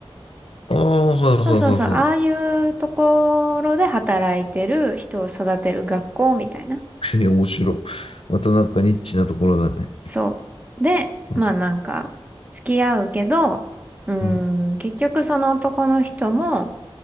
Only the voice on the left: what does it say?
ああ、はいはいはいは
い。<laughs> え、面白い。またなんかニッチなところだね。
うん、
うん。